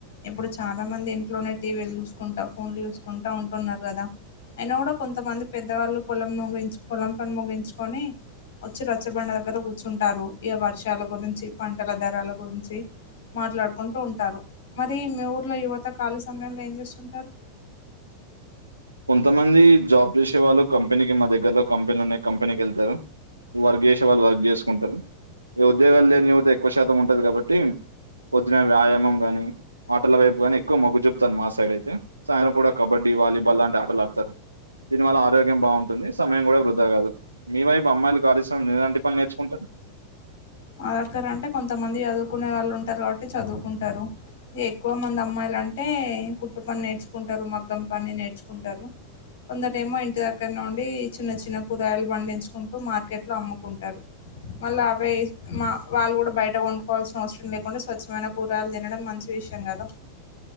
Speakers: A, on the left; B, on the right.
A: ఇప్పుడు చాలా మంది ఇంట్లోనే టీవీలు చూసుకుంట ఫోన్లు చూసుకుంట ఉంటున్నరు కదా అయినా కూడా కొంతమంది పెద్దవాళ్ళు పొలం ముగించు పొలం పని ముగించుకొని వచ్చి రచ్చబండ దగ్గర కూర్చుంటారు ఇగ వర్షాల గురించి పంటల ధరల గురించి మాట్లాడుకుంటూ ఉంటారు మరి మీ ఊర్లో యువత ఖాళీ సమయంలో ఏం చేస్తుంటారు
B: <inaudible> కొంతమంది <unintelligible> కంపెనీకి మద్దతు దగ్గర లో ఒక కంపెనీ ఉన్నది కంపెనీకి వెళ్తరు వర్క్ చేసే వాళ్ళు వర్క్ చేసుకుంటరు ఇగ ఉద్యోగం లేని యువత ఎక్కువ శాతం ఉంటది కాబట్టి పొద్దున వ్యాయామం గానీ ఆటల వైపుగాని ఎక్కువ మొగ్గు చూపుతారు మా సైడ్ అయితే సాయంత్రం కూడా కబడ్డీ వాలీబాల్ లాంటి ఆటలు ఆడతారు దీని వల్ల ఆరోగ్యం బాగుంటుంది సమయం కూడా వృధా కాదు మీ వైపు అమ్మాయిలు ఖాళీ సమయంలో ఎలాంటి పనులు నేర్చుకుంటారు <inaudible>
A: మా దగ్గర అంటే కొంతమంది చదువుకునే వాళ్ళు ఉంటరు కాబట్టి చదువుకుంటరు ఇగ ఎక్కువ మంది అమ్మాయిలు అంటే కుట్టు పని నేర్చుకుంటరు మగ్గం పని నేర్చుకుంటరు కొందరేమో ఇంటి దగ్గర నుండి చిన్న చిన్న కూరగాయలు పండించుకుంటూ మార్కెట్లో అమ్ముకుంటారు మళ్ళా అవే మా వాళ్ళు కూడా బయట కొనుక్కోవాల్సిన అవసరం లేకుండ స్వచ్ఛమైన కూరగాయలు తినడం మంచి విషయం కదా